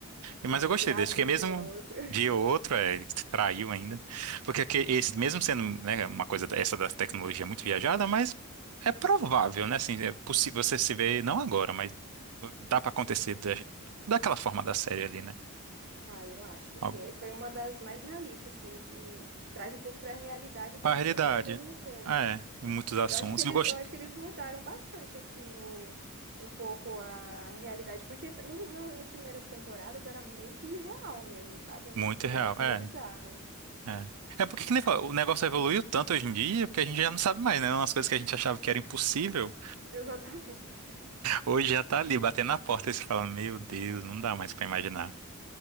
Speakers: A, on the right; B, on the right.
A: Mas
B: aí
A: eu gostei
B: grávida
A: desse, porque
B: de
A: mesmo
B: outro.
A: dia ou outro, é, ele traiu ainda. Porque aque- esse, mesmo sendo, né, uma coisa da- essa da tecnologia muito viajada, mas é provável, né? Assim, é possível você se ver, não agora, mas dá pra acontecer da, daquela forma da série ali, né?
B: Ah, eu acho que
A: Algo.
B: sim. E Foi uma das mais realistas, assim, que traz um pouco para a realidade e tecnologia
A: A realidade.
B: ao mesmo tempo.
A: É, muitos assuntos.
B: Eu acho que eles,
A: Eu gosto
B: eu acho que eles mudaram bastante, assim, o, um pouco a realidade, porque no- na- nas primeiras temporadas era meio que irreal mesmo, sabe? Um
A: muito
B: negócio
A: real. É,
B: meio bizarro.
A: é. É porque que nem fala, o negócio evoluiu tanto hoje em dia, porque a gente já não sabe mais, né? Umas coisas que a gente achava que era impossível,
B: <laughs> Exatamente.
A: hoje já tá ali batendo na porta e você fala, meu Deus, não dá mais pra imaginar.